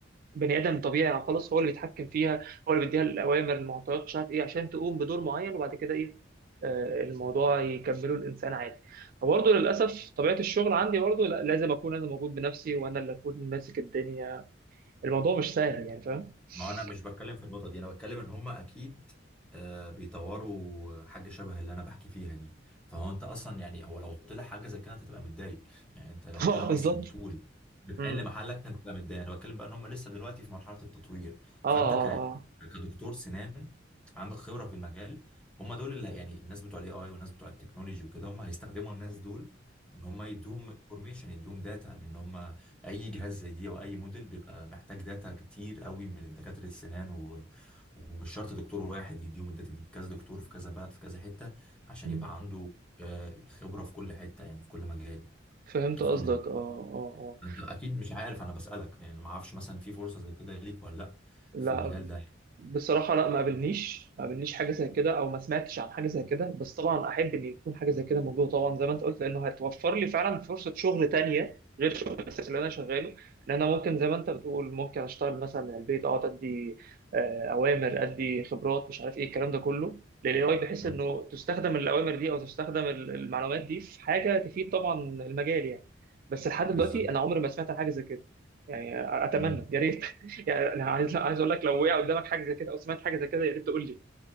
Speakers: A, on the right; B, in the centre.
A: بني ادم طبيعي خلاص هو اللي بيتحكم فيها هو اللي بيديها الاوامر المعطيات مش عارف ايه عشان تقوم بدور معين وبعد كده ايه آه، الموضوع يكمله الانسان عادي فبرضه للاسف طبيعه الشغل عندي برضه لا لازم اكون انا موجود بنفسي وانا اللي اكون ماسك الدنيا الموضوع مش سهل يعني فاهم <laughs> مش
B: ما هو انا مش بتكلم في النقطه دي انا بتكلم ان هم اكيد آه، بيطوروا حاجه شبه اللي انا بحكي فيها دي فهو انت اصلا يعني هو لو طلع حاجه زي كده انت تبقى متضايق <laughs> يعني انت لو
A: اه
B: طلع
A: سهل بالظبط
B: اصلا طول بتحل
A: مم.
B: محلك انت تبقى متضايق انا بتكلم بقى ان هم لسه دلوقتي في مرحله التطوير
A: اه
B: فانت ك...
A: اه اه
B: كدكتور سنان عندك خبره في المجال هم دول اللي يعني الناس بتوع الاي اي والناس بتوع التكنولوجي وكده هم هيستخدموا الناس دول ان هم يدوهم انفورميشن يدوهم داتا ان هم اي جهاز زي دي او اي موديل بيبقى محتاج داتا كتير قوي من دكاتره السنان و- ومش شرط دكتور واحد يديهم الداتا دي كذا دكتور في كذا بلد في كذا حته عشان
A: مم.
B: يبقى عنده آه، خبره في كل حته يعني في كل مجال
A: فهمت
B: في
A: قصدك
B: كل
A: اه اه اه
B: انت اكيد مش عارف انا بسالك يعني ما اعرفش مثلا في فرصه زي كده ليك ولا لا
A: لا
B: في المجال ده
A: بصراحة لا ما قابلنيش ما قابلنيش حاجة زي كده أو ما سمعتش عن حاجة زي كده بس طبعا أحب إن يكون حاجة زي كده موجودة طبعا زي ما أنت قلت لأنه هتوفر لي فعلا فرصة شغل تانية غير شغل الأساسي اللي أنا شغاله إن أنا ممكن زي ما أنت بتقول ممكن أشتغل مثلا من البيت أقعد أدي آه، أوامر أدي خبرات مش عارف إيه الكلام ده كله للاي اي بحيث
B: مم.
A: إنه تستخدم الأوامر دي أو تستخدم ال- المعلومات دي في حاجة تفيد طبعا المجال يعني بس لحد دلوقتي
B: بالظبط
A: أنا عمري ما سمعت عن حاجة زي كده يعني أتمنى
B: مم.
A: يا ريت يعني أنا عايز لا، عايز اقول لك لو وقع قدامك حاجه زي كده او سمعت حاجه زي كده يا ريت تقول لي